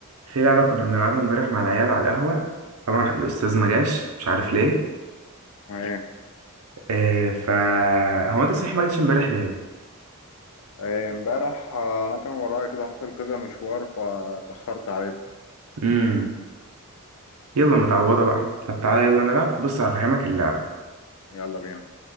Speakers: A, on the right (about 80°); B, on the left (about 70°).
A: في لعبه كنا بنلعبها امبارح مع العيال على القهوه طبعا الاستاذ ما جاش مش عارف ليه
B: ايه
A: إيه ف هو انت صحيح ما جاتش امبارح ليه
B: ايه، امبارح اه، انا كان ورايا كده حصل كذا مشوار فاتأخرت عليكم
A: امم يلا متعوضه بقى طب تعالى يلا نلعب بص هفهمك اللعبه
B: يلا بينا